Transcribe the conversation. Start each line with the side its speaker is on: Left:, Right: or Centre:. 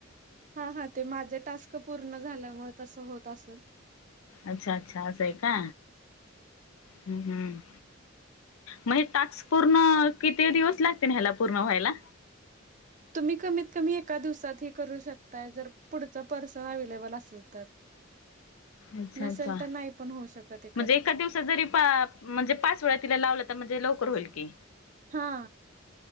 Right: हा हा ते माझे टास्क पूर्ण झाल्यामुळे तसं होत असल
Left: अच्छा अच्छा असंय का हम् हम्म मग हे टास्क पूर्ण किती दिवस लागतेन ह्याला पूर्ण व्हायला
Right: तुम्ही कमीत कमी एका दिवसात हे करू शकताय जर पुढचा पर्सन अवैलेबल असेल तर
Left: अच्छा
Right: नसेल
Left: अच्छा
Right: तर नाही पण होऊ शकत
Left: म्हणजे एका दिवसात जरी पा म्हणजे पाच वेळा तिला लावलं तर म्हणजे लवकर होईल की
Right: हा